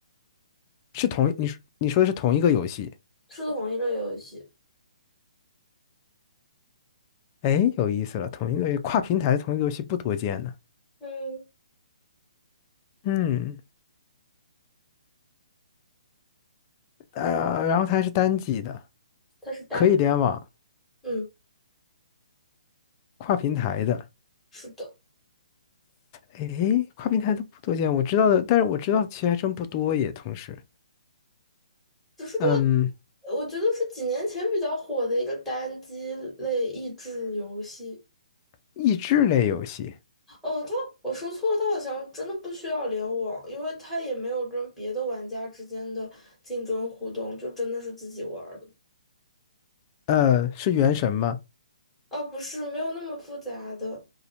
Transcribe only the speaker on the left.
是同你说你说的是同一个游戏？
哎，有意思了，同一个跨平台的同一个游戏不多见呢。
嗯，呃，然后它还是单机的，
可以联网，
跨平台的。
哎，跨平台的不多见，我知道的，但是我知道的其实还真不多耶。同时，
嗯，
益智类游戏，
呃，是原神吗？